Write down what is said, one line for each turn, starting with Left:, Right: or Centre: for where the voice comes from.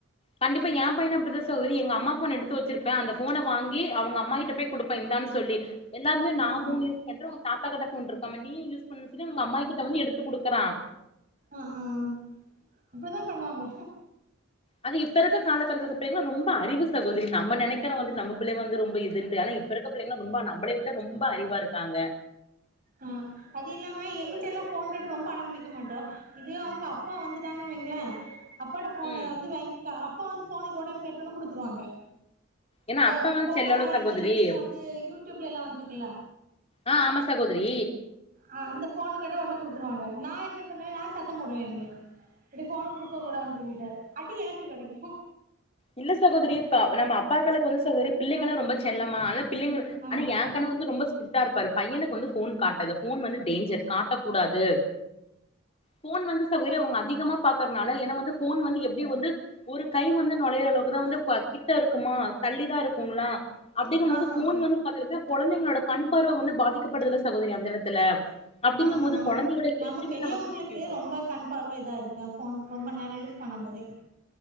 Left: கண்டிப்பா எ பையனு அப்டிதா சகோதரி எங்கம்மா ஃபோன் எடுத்து வச்சிருப்ப அந்த ஃபோன வாங்கி அவுங்கம்மா கிட்ட போய் குடுப்பா இந்தான்னு சொல்லி எல்லாருமே நா
Right: ஆமா
Left: ஃபோன் யூஸ் பண்ற உ தாத்தாகிட்ட ஃபோன் இருக்காம நீயூ யூஸ் பண்ணுன் சொல்லி உங்கம்மாயிகிட்ட வந்து எடுத்து குடுக்கறா
Right: அ ஆ அப்டிதா பண்ணுவாங்க
Left: அது இப்ப இருக்க கால கட்டத்துல இருக்ற பிள்ளங்ளா ரொம்ப அறிவு சகோதரி நம்ம நெனைக்கறோ வந்து நம்ம பிள்ளைங்க வந்து ரொம்ப இதுன்ட்டு ஆனா இப்ப இருக்கப் புள்ளைங்னா ரொம்ப நம்பளை விட ரொம்ப அறிவா இருக்காங்க
Right: ஆ அது இல்லாம எங்கள்ட்டல்லா ஃபோன் கேட்டு ரொம்ப அடம்புடிக்க மாட்டா இதே அவுங்க அப்பா வந்துட்டாங்கன் வைங்களே அப்பாட்ட ஃபோன
Left: ம்
Right: வந்து வாங்க்பா அப்பா வந்து ஃபோனக்குடுனு கேட்டோனே குடுத்துருவாங்க
Left: ஏன்னா
Right: இந்த
Left: அப்பா வந்து
Right: கோக்கமலான்
Left: செல்லோல சகோதரி
Right: சொல்லீட்டு இப்ப வந்து யூடியூப்லெல்லா வந்துருக்குல்ல
Left: ஆ ஆமா சகோதரி
Right: ஆ அந்த ஃபோன கேட்டா ஒடனே குடுத்துருவாங்க நா என்ன பண்ணுவே நா சத்தம் போடுவே இருந்து இப்டி ஃபோன குடுக்க கூடாதுன் சொல்லீட்டு அடி எனக்கு கெடைக்கு
Left: இல்ல சகோதரி இப்ப நம்ம அப்பாக்களுக்கு வந்து சகோதரி பிள்ளைங்கனா ரொம்ப செல்லமா அதா பிள்ளைங்கள்
Right: ஆமா
Left: ஆனா ஏ கணவ ரு ரொம்ப ஸ்டிரிட்டா இருப்பாரு பையனுக்கு வந்து ஃபோன் காட்டாத ஃபோன் வந்து டேஞ்சர் காட்டக்கூடாது ஃபோன் வந்து சகோதரி அவுங்க அதிகமா பாக்கர்னால ஏனா வந்து ஃபோன் வந்து எப்டி வந்து ஒரு கை வந்து நொழையற அளவுக்குதா வந்து க்வா கிட்ட இருக்குமா தள்ளிதா இருக்குங்ளா அப்டிங்கும்போது
Right: ஆமா
Left: ஃபோன்
Right: ஆமா
Left: வந்து அது வந்து கொழந்தைங்ளோட கண்பார்வ வந்து பாதிக்கப்படுதுல சகோதரி அந்த எடத்துல அப்டிங்கும்
Right: ஆமா
Left: போது
Right: நம்ம
Left: கொழந்தையோட
Right: நம்ம
Left: ஹெல்த்துமே
Right: பெரியவுங்களுக்கே
Left: நமக்கு முக்கியோ
Right: ரொம்ப கண் பார்வ இதா இருக்கு ஃபோன் ரொம்ப நேரோ யூஸ் பண்ணம் போதே